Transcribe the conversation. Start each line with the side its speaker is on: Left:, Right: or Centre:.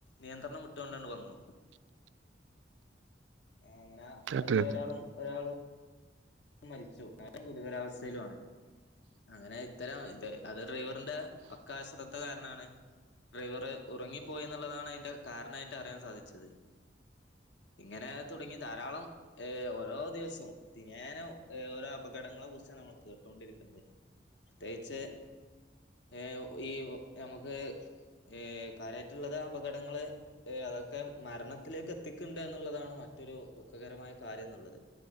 Left: നിയന്ത്രണം വിട്ടോണ്ട് വന്നു
Right: <inaudible>
Left: അങ്ങനെ
Right: അതെ
Left: അതിലൊരാളും
Right: അതെ
Left: ഒരാളും മരിച്ചു അയാളും ഗുരുതരാവസ്ഥയിലു ആണ് അങ്ങനെ ഇത്തരം ഇത അത് ഡ്രൈവറിന്റെ പക്കാ അശ്രദ്ധ കാര്ണാണ് ഡ്രൈവറ് ഉറങ്ങിപ്പോയി ഇന്ന്ള്ളതാണ് അതിന്റെ കാരണായിട്ട് അറിയാൻ സാധിച്ചത് ഇങ്ങനെ തുടങ്ങി ധാരാളം ഏഹ് ഓരോ ദിവസം ഏന ഓരൊ അപകടങ്ങളെ കുറ്ച്ചാണ് നമ്മൾ കേട്ടോണ്ടിരിക്ക്ണ്ട് പ്രത്യേകിച്ച് ഏഹ് ഈ ഞമ്മക്ക് ഏഹ് കാര്യായിട്ട്ള്ളത് അപകടങ്ങള് ഏഹ് അതൊക്ക മരണത്തിലേക്ക് എത്തിക്ണ്ട് എന്നുള്ളതാണ് മറ്റൊരു ദുഃഖകരമായ കാര്യം എന്ന്ള്ളത്